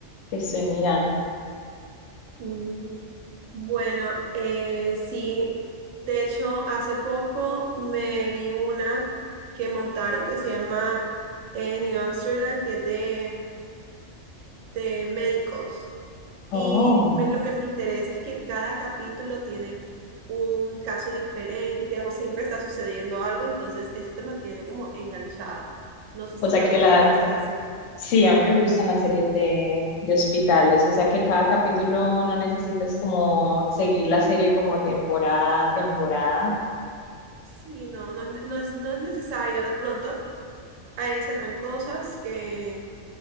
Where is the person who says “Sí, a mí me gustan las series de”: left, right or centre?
Left